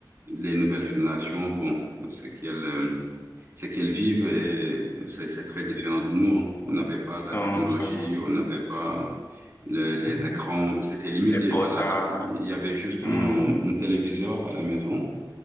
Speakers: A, on the right; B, on the left.
A: les nouvelles générations, bon, c'est qu'elles euh, c'est qu'elles vivent et c'est c'est très différent de nous. hein. On n'avait pas la
B: Non,
A: technologie,
B: c'est vrai.
A: on n'avait pas le- les
B: Mhm.
A: écrans, c'était limité.
B: Les portables.
A: Voilà, tu- il y avait juste
B: Mhm.
A: un un téléviseur à la maison.